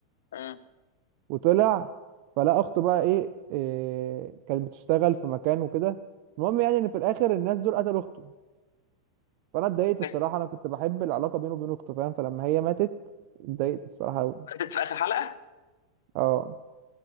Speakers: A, on the left; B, on the right.
A: امم
B: وطلع فلا أخته بقى ايه, إيه كانت بتشتغل في مكان وكده المهم يعني إن في الآخر الناس دول قتلوا أخته فأنا اتضايقت
A: بس
B: الصراحة أنا كنت بحب العلاقة بينه وبين أخته فاهم فلما هي ماتت اتضايقت الصراحة أوي
A: بدأت في اخر حلقه
B: اه